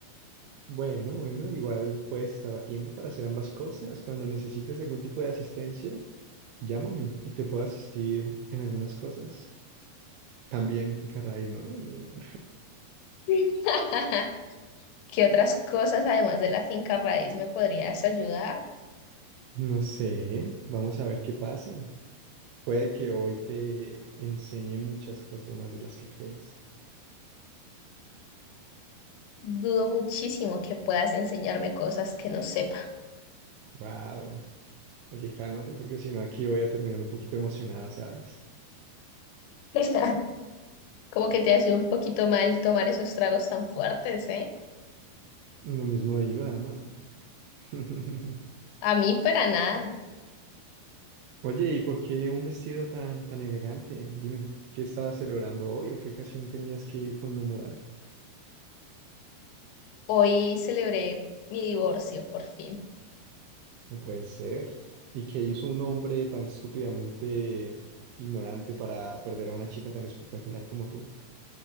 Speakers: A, on the right (about 85°); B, on the left (about 80°).
A: Bueno, bueno, igual puedes estar a tiempo para hacer ambas cosas. Cuando necesites algún tipo de asistencia, llámame y te puedo asistir en algunas cosas. También finca raíz, ¿no? No,
B: <laughs> ¿Qué otras cosas además de la finca raíz me podrías ayudar?
A: No sé, vamos a ver qué pasa. Puede que hoy te enseñe muchas cosas más de las que crees.
B: Dudo muchísimo que puedas enseñarme cosas que no sepa.
A: Wow. Oye, cálmate porque si no aquí voy a terminar un poquito emocionada, ¿sabes?
B: <laughs> Como que te ha sido un poquito mal tomar esos tragos tan fuertes, ¿eh?
A: Lo mismo digo, dama. <laughs>
B: A mí para nada.
A: Oye, ¿y por qué un vestido tan tan elegante? Dime, ¿qué estabas celebrando hoy o qué ocasión tenías que conmemorar?
B: Hoy celebré mi divorcio por fin.
A: No puede ser. ¿Y qué hizo un hombre tan estúpidamente ignorante para perder a una chica tan espectacular como tú?